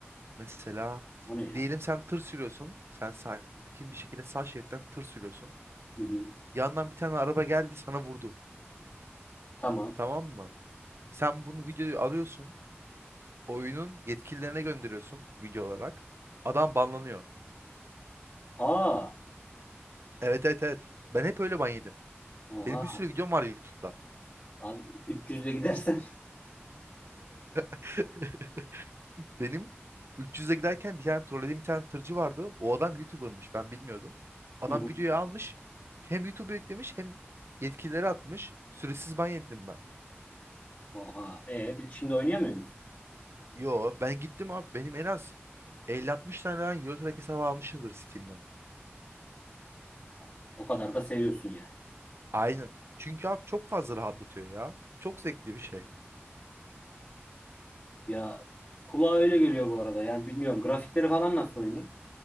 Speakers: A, on the right (about 70°); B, on the left (about 40°).
A: mesela
B: O ne ya?
A: diyelim sen tır sürüyorsun. Sen sakin bir şekilde sağ şeritten tır sürüyorsun.
B: Hı hı.
A: Yandan bir tane araba geldi sana vurdu.
B: Tamam.
A: Tamam mı? Sen bunu videoyu alıyorsun. Oyunun yetkililerine gönderiyorsun video olarak. Adam banlanıyor.
B: Aa,
A: Evet evet evet. Ben hep öyle ban yedim.
B: oha.
A: Benim bir sürü videom var YouTube'da.
B: Abi 300'de gidersen.
A: <laughs> Benim 300'e giderken bir tane trollediğim bir tane tırcı vardı. O adam YouTuber'mış. Ben bilmiyordum. Adam
B: Hı hı.
A: videoyu almış. Hem YouTube'a yüklemiş hem yetkilileri atmış. Süresiz ban yedim ben.
B: Oha. E bir- şimdi oynayamıyor musun?
A: Yo ben gittim abi. Benim en az 50-60 tane ben Eurotrack hesabı almışımdır Steam'den.
B: Aa, O kadar da seviyorsun yani.
A: Aynen. Çünkü abi çok fazla rahatlatıyor ya. Çok zevkli bir şey.
B: Ya kulağa öyle geliyor bu arada. Yani bilmiyorum grafikleri falan nasıl oyunun?